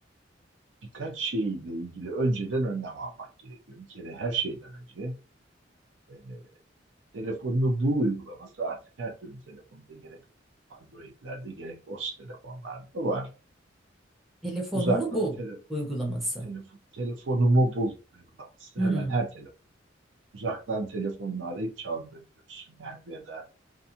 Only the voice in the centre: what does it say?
Telefonunu
bul
uygulaması.
Hmm.